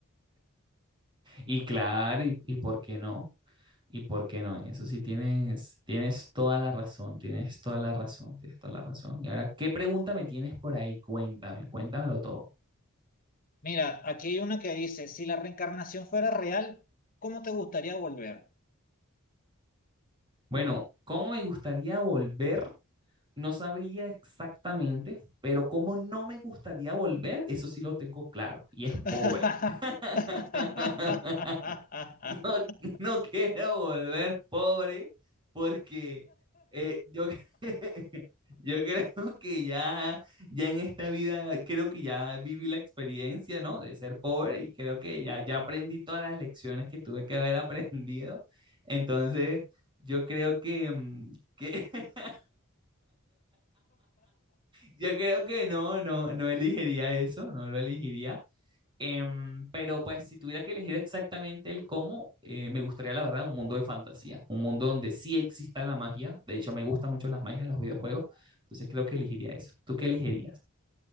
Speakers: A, on the right (about 20°); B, on the left (about 40°).
A: Y claro, y, y por qué no? ¿Y por qué no? En eso sí tienes, tienes toda la razón, tienes toda la razón, tienes toda la razón. Y ahora, ¿qué pregunta me tienes por ahí? Cuéntame, cuéntamelo todo.
B: Mira, aquí hay una que dice, si la reencarnación fuera real, ¿cómo te gustaría volver?
A: Bueno, ¿cómo me gustaría volver No sabría exactamente, pero como no me gustaría volver, eso sí lo tengo claro, y
B: <laughs>
A: es pobre. <laughs> No, no quiero volver pobre porque eh, yo, cre- <laughs> yo creo que ya, ya en esta vida, creo que ya viví la experiencia, ¿no? De ser pobre y creo que ya, ya aprendí todas las lecciones que tuve que haber <laughs> aprendido. Entonces, yo creo que, mm, que <laughs> Yo creo que no, no, no elegiría eso, no lo elegiría. Em, pero pues si tuviera que elegir exactamente el cómo, eh, me gustaría la verdad un mundo de fantasía, un mundo donde sí exista la magia. De hecho, me gustan mucho las magias de los videojuegos, entonces creo que elegiría eso. ¿Tú qué elegirías?